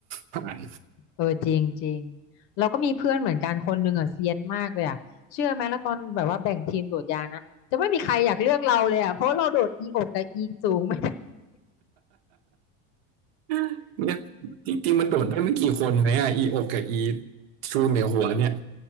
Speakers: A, on the right (about 60°); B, on the left (about 40°).
A: ผ่าน
B: เออจริงจริงเราก็มีเพื่อนเหมือนกันคนหนึ่งอ่ะเซียนมากเลยอ่ะเชื่อไหมแล้วตอนแบบว่าแบ่งทีมโดดยางนะจะไม่มีใครอยากเลือกเราเลยอ่ะเพราะเราโดดอีอกกับอีสูงไม่ได้
A: <laughs> เนี่ยจริงๆมันโดดได้ไม่กี่คนไหมอ่ะอีโอกกับอีชูเหนือหัวเนี่ย